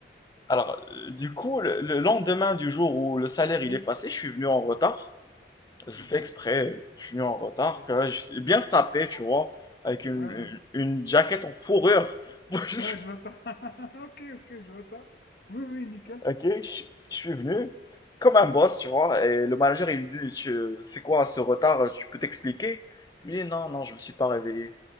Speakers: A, on the left; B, on the left.
A: Alors, euh, du coup, le, le lendemain du jour où le salaire
B: Mhm,
A: il est passé, je suis venu en retard. Je
B: mhm,
A: fais exprès, euh, je suis venu en retard,
B: ok.
A: que j'étais bien sapé, tu vois, avec une,
B: Ouais, ouais.
A: une jaquette en fourrure. <laughs> Moi, je
B: Ouais, je vois ça. <laughs> Ok, ok, je vois ça. Oui, oui, nickel.
A: Ok, je je suis venu comme un boss, tu vois, et le manager il me dit, Tu- c'est quoi ce retard, tu peux t'expliquer? Je lui dis, non, non, je me suis pas réveillé.